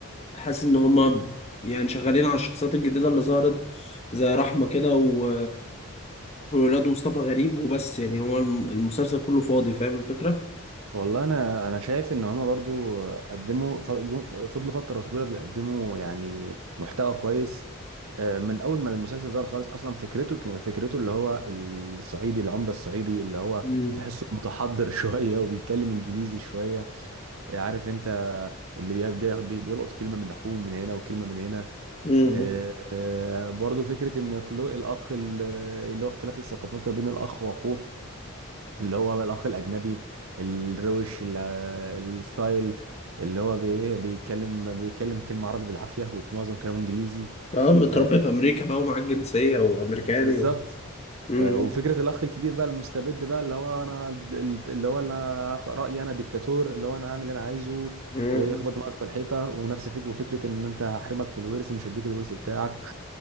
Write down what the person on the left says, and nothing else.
حاسس إن هما يعني شغالين على الشخصيات الجديدة اللي ظهرت زي رحمة كده و... وولاد مصطفى غريب وبس يعني هو الم- المسلسل كله فاضي فاهم الفكرة؟
مم.
امم
اه متربي
في امريكا بقى ومعاك جنسيه وامريكاني
و... مم.
مم.